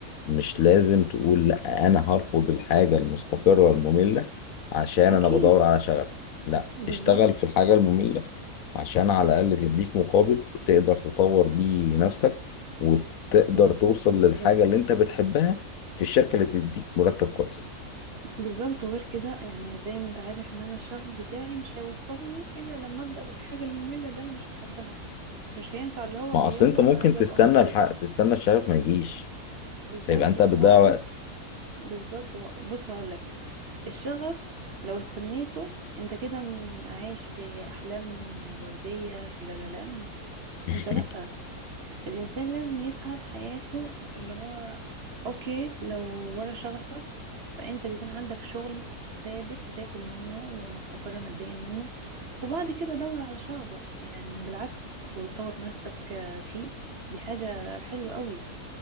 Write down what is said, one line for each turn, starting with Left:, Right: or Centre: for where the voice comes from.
Left: مش لازم تقول لا انا هرفض الحاجه المستقره الممله عشان
Right: اكيد
Left: انا بدور على شغف لا
Right: بالظبط
Left: اشتغل في الحاجه الممله عشان على الأقل تديك مقابل تقدر تطور بيه نفسك وتقدر
Right: بالظبط
Left: توصل
Right: بالظبط
Left: للحاجة اللي أنت بتحبها في الشركة اللي بتديك مرتب كويس
Right: بالظبط وغير كده يعني زي ما انت عارف ان انا الشغف بتاعي مش هيوصلني الا لما ابدا بالحاجه الممله اللي انا مش بحبها مش هينفع اللي هو
Left: ما
Right: يلا
Left: أصل أنت ممكن
Right: انا عايزه
Left: تستنى
Right: ابقى مدير
Left: الحق تستنى الشغف ما يجيش
Right: بالظبط
Left: فيبقى أنت
Right: لا
Left: بتضيع
Right: هو
Left: وقت
Right: بص بالظبط هو بص هقول لك الشغف لو استنيته انت كده م- عايش في احلام ورديه في لا لا لاند
Left: <laughs>
Right: انت لا الانسان لازم يسعى في حياته اللي هو اوكي لو ورا شغفك فانت بيكون عندك شغل ثابت بتاكل منه ومستقر ماديا منه وبعد كده دور على شغفك يعني بالعكس وتطور من نفسك آه، فيه دي حاجة حلوة قوي